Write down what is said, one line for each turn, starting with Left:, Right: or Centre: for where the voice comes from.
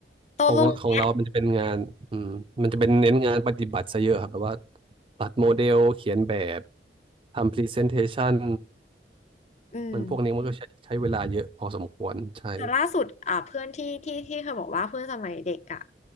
Left: โต้รุ่งเนี้ย
Right: ของของเรามันจะเป็นงานอืมมันจะเป็นเน้นงานปฏิบัติซะเยอะครับแบบว่าตัดโมเดลเขียนแบบทำพรีเซนเทชัน
Left: อืม
Right: มันพวกนี้มันก็ใช้ใช้เวลาเยอะพอสมควรใช่
Left: แต่ล่าสุดอ่าเพื่อนที่ที่ที่เคยบอกว่าเพื่อนสมัยเด็กอะ